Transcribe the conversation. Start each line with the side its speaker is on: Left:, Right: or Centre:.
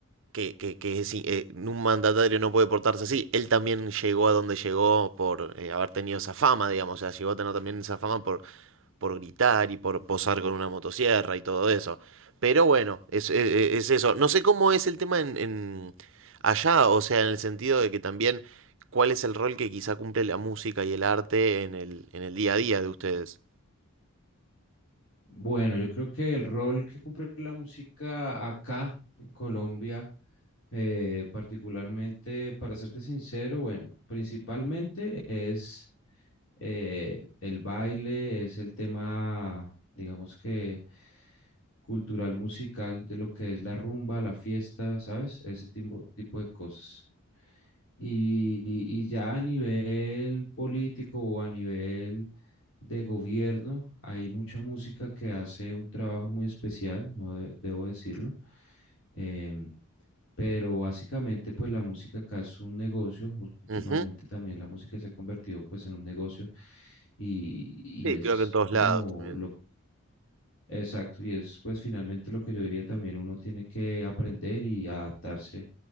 Right: que, que, que es i- eh, un mandatario no puede portarse así. Él también llegó a donde llegó por eh, haber tenido esa fama, digamos, o sea, llegó a tener también esa fama por, por gritar y por posar con una motosierra y todo eso. Pero bueno, es, es- es eso. No sé cómo es el tema en, en allá, o sea, en el sentido de que también cuál es el rol que quizá cumple la música y el arte en el, en el día a día de ustedes.
Left: Bueno, yo creo que el rol que cumple la música acá en Colombia Eh, particularmente, para serte sincero, bueno, principalmente es eh, el baile, es el tema, digamos que cultural, musical, de lo que es la rumba, la fiesta, ¿sabes? Ese tipo, tipo de cosas. Y, y- y ya a nivel político o a nivel de gobierno, hay mucha música que hace un trabajo muy especial, no de- debo decirlo. Em, pero básicamente, pues la música acá es un negocio. Últimamente
Right: Ujú.
Left: también la música se ha convertido pues en un negocio y, y
Right: Sí,
Left: es
Right: creo que en todos
Left: como
Right: lados también.
Left: lo exacto. Y es pues finalmente lo que yo diría también uno tiene que aprender y adaptarse